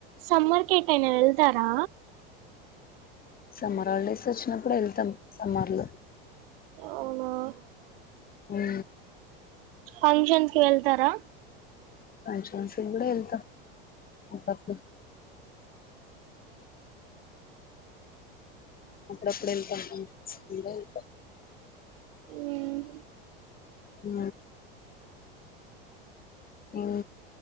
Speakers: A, on the right; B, on the left.
A: సమ్మర్కి ఎటైనా ఎళ్తారా
B: సమ్మర్ హాలిడేస్ వచ్చినప్పుడు వెళ్తాం సమ్మర్ లో
A: అవునా
B: ఊ
A: ఫంక్షన్ కి వెళ్తారా
B: ఫంక్షన్స్ కూడా వెళ్తాం అప్పుడప్పుడు అప్పుడప్పుడు వెళ్తా ఫంక్షన్స్ కూడా వెళ్తా
A: ఉ
B: ఉ ఊ.